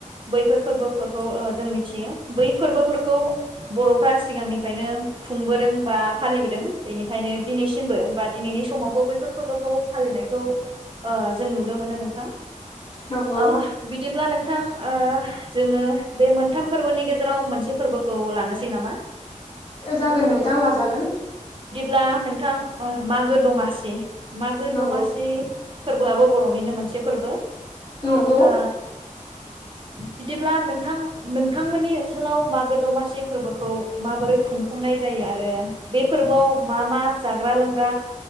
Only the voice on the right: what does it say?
बैफोर फोरबोफोरखौ ओ जों मिथियो बै फोरबोफोरखौ बर'फ्रा सिगांनिफ्रायनो खुंबोदों बा फालिबोदों बेनिखायनो दिनैसिमबो बा दिनैनि समावबो बैफोर फोरबोखौ फालिनायखौ ओ जों नुनो मोनो नोंथां
ओ बिदिब्ला नोंथां ओ जोङो बे मोनथाम फोरबोनि गेजेराव मोनसे फोरबोखौ लानोसै नामा
अब्ला नोंथां ओ मागो दमासि मागो
दमासि। फोरबोआबो बर'निनो मोनसे फोरबो।
ओ बिदिब्ला नोंथां नोंथांमोननि ओनसोलाव मागो दमासि फोरबोखौ माबोरै खुंफुंनाय जायो आरो बे फोरबोआव मा मा जाग्रा लोंग्रा